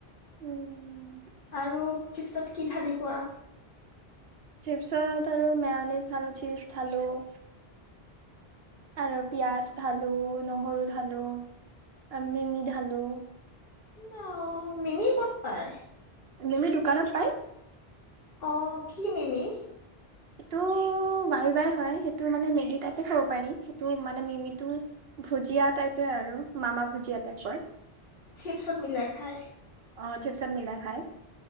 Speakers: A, on the right; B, on the left.
A: উম।
B: আৰু চিপছত কি ঢালি খোৱা?
A: চিপছত আৰু মেয়'নিচ ঢালোঁ, চীজ ঢালোঁ। আৰু পিয়াঁজ ঢালোঁ, নহৰু ঢালোঁ, আম-মিমি ঢালোঁ।
B: নউ, মিমি ক'ত পায়?
A: মিমি দোকানত পাই।
B: অঁ কি মিমি?
A: সেইটো ৱাই ৱাই হয় সেইটো মানে মেগি টাইপে খাব পাৰি, সেইটো মানে মিমিটো ভুজিয়া টাইপে আৰু মামা ভুজিয়া টাইপৰ।
B: চিপছত মিলাই খায়?
A: অ চিপছত মিলাই খায়।